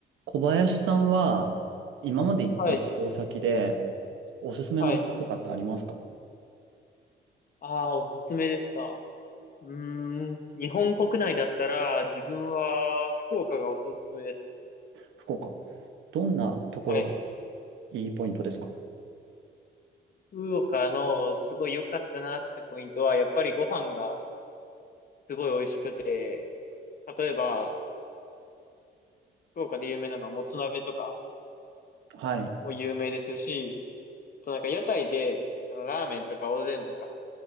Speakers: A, on the right; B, on the left.
A: 小林さんは、今まで行った旅行先で、
B: はい、
A: おすすめの場所とかってありますか
B: はい。ああ、おすすめですか。うーん、日本国内だったら、自分は福岡がおすすめですね。
A: 福岡。どんなところが
B: はい。
A: いいポイントですか
B: 福岡のすごい良かったなってポイントは、やっぱりご飯がすごい美味しくて、例えば、福岡で有名なのはもつ鍋とか
A: はい。
B: も有名ですし、あとなんか屋台で、あのラーメンとかおでんとか、